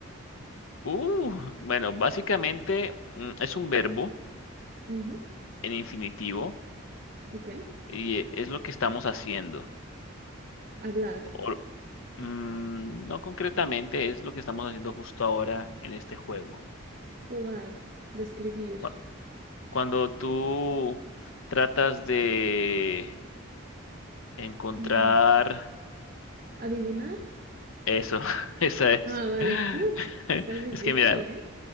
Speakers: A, on the left (about 75°); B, on the right (about 40°).
A: Uh, bueno, básicamente mm, es un verbo
B: ujú,
A: en infinitivo
B: ok.
A: y eh, es lo que estamos haciendo.
B: Hablar,
A: O- mm, no concretamente, es lo que estamos haciendo justo ahora en este juego.
B: jugar, describir,
A: Cu- Cuando tú
B: eh,
A: tratas de encontrar
B: mm, adivinar.
A: eso, <laughs> esa es.
B: Ah, vale.
A: <laughs>
B: <laughs> Uf, esta es difícil,
A: Es que mira,
B: ¿eh?